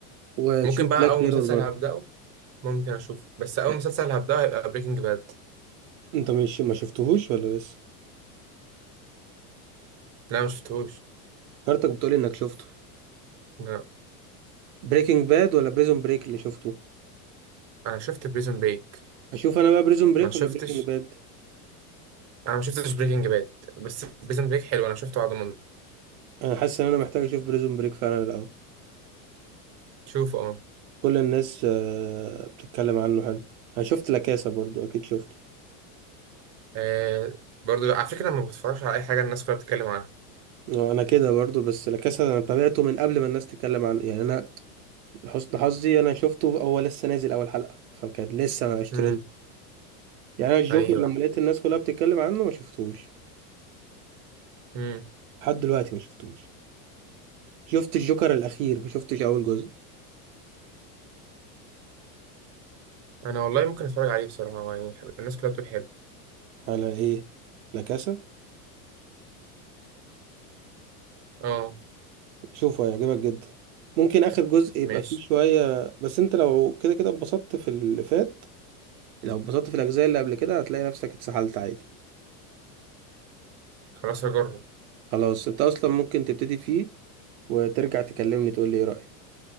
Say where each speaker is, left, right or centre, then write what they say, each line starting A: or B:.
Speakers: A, on the right; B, on the right.
A: وتشوف
B: ممكن بقى
A: بلاك
B: اول
A: ميرور
B: مسلسل
A: برضه
B: هبداه ممكن اشوفه بس اول
A: لا
B: مسلسل هبداه هيبقى بريكنج باد
A: انت مش ما شفتهوش ولا لسه
B: لا ما شفتهوش
A: كارتك بتقولي انك شفته
B: لا
A: بريكنج باد ولا بريزون بريك اللي شفته
B: انا شفت بريزون بريك
A: اشوف انا بقى بريزون بريك
B: ما شفتش
A: ولا بريكنج باد
B: انا ما شفتش بريكنج باد بس بريزون بريك حلو انا شفته على ضمان
A: انا حاسس ان انا محتاج اشوف بريزون بريك فعلا الاول
B: شوفه اه
A: كل الناس آه، بتتكلم عنه حلو انا شفت لاكاسا برضو اكيد شفته
B: آه، برضه لا، على فكره انا ما بتفرجش على اي حاجه الناس كلها بتتكلم عنها
A: آه، انا كده برضو بس لاكاسا انا تابعته من قبل ما الناس تتكلم عنه يعني انا حسن حظي انا شفته في- هو لسه نازل اول حلقة فكانت لسه اشترين
B: امم
A: يعني انا الجوكر
B: ايوه
A: لما لقيت الناس كلها بتتكلم عنه ما شفتهوش
B: امم
A: لحد دلوقتي ما شفتوش شفت الجوكر الاخير ما شفتش اول جزء
B: انا والله ممكن اتفرج عليه بصراحه يعني الناس كلها بتقول حلو
A: على ايه لا كاسا
B: اه
A: شوفه هيعجبك جدا ممكن اخر جزء يبقى
B: ماشي
A: فيه شويه بس انت لو كده كده اتبسطت في اللي فات لو اتبسطت في الاجزاء اللي قبل كده هتلاقي نفسك اتسحلت عادي
B: خلاص هجرب
A: خلاص انت اصلا ممكن تبتدي فيه وترجع تكلمني تقول لي ايه رايك